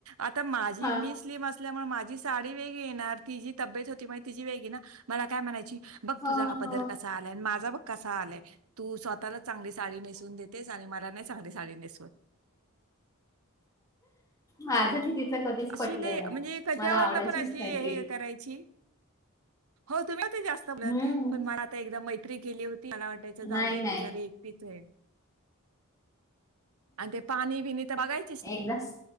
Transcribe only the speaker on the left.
हा
हो
हो
माझं नाही. कधीच
पटलं
मला आवडायचीच
नाही
ती
हम्म
नाही
नाही
एकदाच